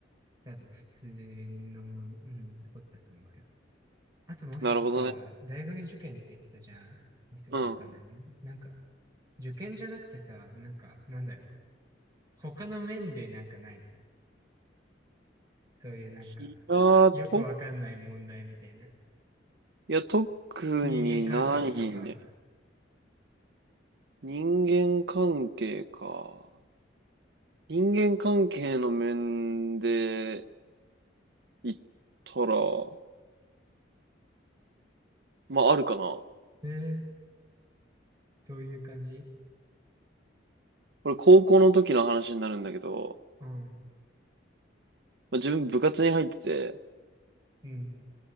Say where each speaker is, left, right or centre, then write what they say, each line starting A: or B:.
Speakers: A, on the right (about 20°); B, on the right (about 60°).
A: 多分、普通のもん、うん、ってことだと思うよ。あともう一つさ、
B: なるほどね。
A: 大学受験って言ってたじゃん。もう一つわかんないもんね。
B: うん。
A: なんか、受験じゃなくてさ、なんか、なんだろう、他の面でなんかないのそういうなんか、
B: いやー、
A: よくわかんない問題みたいな。
B: 特、いや、特
A: 人間関係とかさ、
B: にないね。人間関係か。人間関係の面で、行ったら、まああるかな。
A: えー、どういう感じ
B: これ高校の時の話になるんだけど、
A: うん、
B: まあ、自分部活に入ってて、
A: うん、